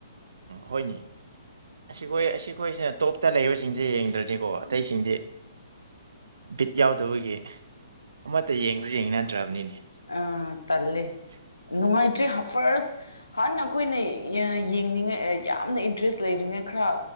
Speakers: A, on the right; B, on the left.
A: ꯍꯣꯏꯅꯦ ꯑꯁꯤꯈꯣꯏ ꯑꯁꯤꯈꯣꯏꯁꯤꯅ ꯇꯣꯞꯇ ꯂꯩꯕꯁꯤꯡꯁꯦ ꯌꯦꯡꯗ꯭ꯔꯅꯤꯀꯣ ꯑꯇꯩꯁꯤꯡꯗꯤ ꯕꯤꯠ ꯌꯥꯎꯗꯕꯒꯤ ꯑꯃꯠꯇ ꯌꯦꯡꯁꯨ ꯌꯦꯡ ꯅꯗ꯭ꯔꯕꯅꯤꯅꯦ
B: ꯑꯝ ꯇꯜꯂꯦ ꯅꯨꯡꯉꯥꯏꯇꯦ ꯐꯥꯔꯁ ꯍꯥꯟꯅ ꯑꯩꯈꯣꯏꯅ ꯌꯦꯡꯅꯤꯡꯉꯥꯏ ꯌꯥꯝꯅ ꯏꯟꯇꯔꯦꯁ ꯂꯩꯔꯤꯉꯩ ꯈꯔ